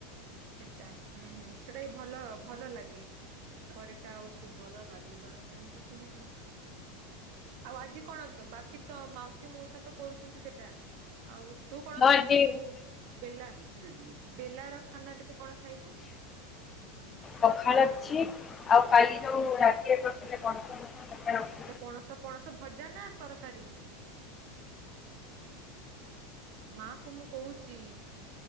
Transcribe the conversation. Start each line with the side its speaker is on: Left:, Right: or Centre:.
Right: ସେଟା ହୁଁ ହୁଁ ସେଟା ବି ଭଲ ଭଲ ଲାଗେ। ପରଟା ଆଉ ସୁଜି। ଭଲ ଲାଗିବା ପାଇଁ <unintelligible> ଆଉ ଆଜି କଣ ବାକି ତ ମାଉସୀ ମଉସା ତ କରୁଛନ୍ତି ସେଟା। ଆଉ ତୁ କଣ ଖାଇବୁ
Left: ଆଜି
Right: ଯୋଉ ବେଲା ବେଲା ର ଖାନାରେ ତୁ କଣ ଖାଇବୁ?
Left: ପଖାଳ ଅଛି। ଆଉ କାଲି ଯୋଉଁ ରାତିରେ କରିଥିଲେ ପଣସ କଠା <unintelligible>
Right: <unintelligible> ପଣସ ପଣସ ଭଜା ନା ତରକାରୀ? ମା କୁ ମୁଁ କହୁଚି